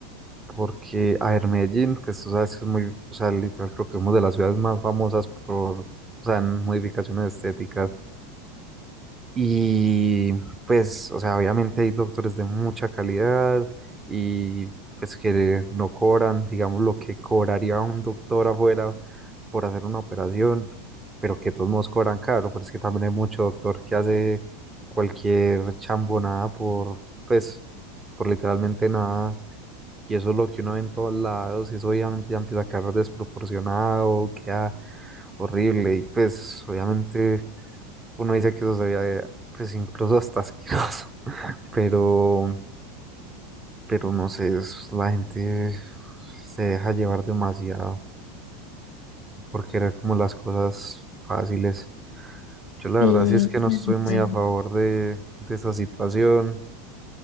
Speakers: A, on the right (about 20°); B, on the left (about 50°).
A: Porque, a ver, Medellín, pues, tú sabes que es muy, o sea, literal, creo que somos de las ciudades más famosas por, o sea, en modificaciones estéticas. Y pues, o sea, obviamente hay doctores de mucha calidad y pues que no cobran, digamos, lo que cobraría un doctor afuera por hacer una operación, pero que de todos modos cobran caro, pero es que también hay mucho doctor que hace cualquier chambonada por, pues, por literalmente nada. Y eso es lo que uno ve en todos lados, y eso obviamente ya empieza a quedar desproporcionado, queda horrible, y pues obviamente uno dice que eso se veía, pues incluso hasta asqueroso, <laughs> pero, pero no sé, es- la gente se deja llevar demasiado por querer como las cosas fáciles. Yo la
B: y
A: verdad sí es que no
B: pues,
A: estoy
B: no
A: muy
B: sé,
A: a favor de, de esa situación,